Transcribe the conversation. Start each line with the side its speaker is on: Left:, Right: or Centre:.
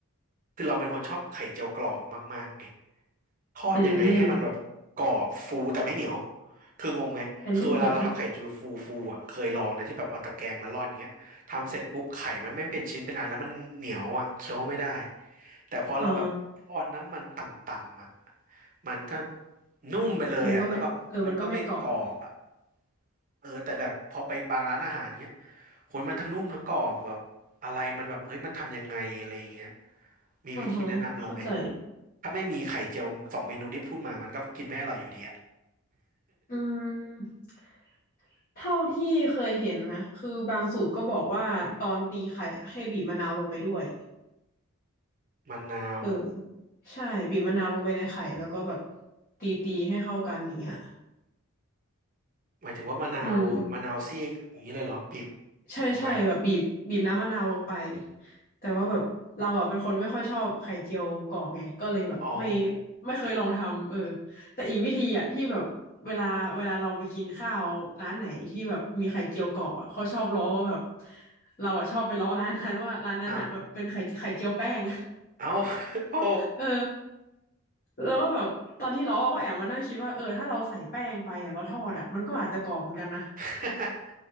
Right: คือเราเป็นคนชอบไข่เจียวกรอบมากๆไง ทอดยังไงให้มันแบบกรอบฟูแต่ไม่เหนียว
Left: อืม
Right: คืองงไหมคือเวลาเราทำไข่จุยฟูฟูอ่ะเคยลองนะที่แบบเอาตะแกรงมาร่อนเงี้ยทำเสร็จปุ๊บไข่มันไม่เป็นชิ้นเป็นอันแล้วมันเหนียวอ่ะเคี้ยวไม่ได้
Left: แต่ไม่เหนียว
Right: แต่พอเราแบบทอดน้ำมันต่ำๆอ่ะ
Left: อ๋อ
Right: มันก็นุ่มไปเลยอ่ะแล้วแบบมันก็ไม่กรอบอ่ะ
Left: มันก็ไม่เออมันก็ไม่กรอบ
Right: เออแต่แบบพอไปบางร้านอาหารเนี้ยโหยมันทั้งนุ่มทั้งกรอบแบบอะไรมันแบบเอ้ยมันทำยังไงอะไรอย่างเงี้ยมีวิธีแนะนำเราไหม
Left: อ่าฮะเข้าใจ
Right: ถ้าไม่มีไข่เจียวสองเมนูที่พูดมามันก็กินไม่อร่อยอยู่ดีอะ
Left: อืมเท่าที่เคยเห็นนะคือบางสูตรก็บอกว่าตอนตีไข่อให้บีบมะนาวลงไปด้วย
Right: <laughs> มะนาว
Left: เออใช่บีบมะนาวลงไปในไข่แล้วก็แบบตีตีให้เข้ากันอย่างเนี้ย
Right: หมายถึงว่ามะนาวมะนาวซีกอย่างนี้เลยเหรอบีบ
Left: อืมใช่ใช่แบบบีบบีบน้ำมะนาวลงไป
Right: ลงไป
Left: แต่ว่าแบบเราอ่ะเป็นคนไม่ค่อยชอบไข่เจียวกรอบไงก็เลยแบบไม่
Right: อืมอ๋อ
Left: ไม่เคยลองทำเออแต่อีกวิธีอ่ะที่แบบเวลาเวลาเราไปกินข้าวร้านไหนที่แบบมีไข่เจียวกรอบอ่ะเขาชอบล้อว่าแบบเราอ่ะชอบไปล้อร้านนั้นว่าร้านนั้นอ่ะแบบเป็นไข่ไข่เจียวแป้ง
Right: อ้าวเอา <laughs> โอ้
Left: เออแล้วก็แบบตอนที่ล้อก็แอบมานั่งคิดว่าเออถ้าเราใส่แป้งไปอ่ะเราทอดอ่ะมันก็อาจจะกรอบเหมือนกันนะ
Right: <laughs>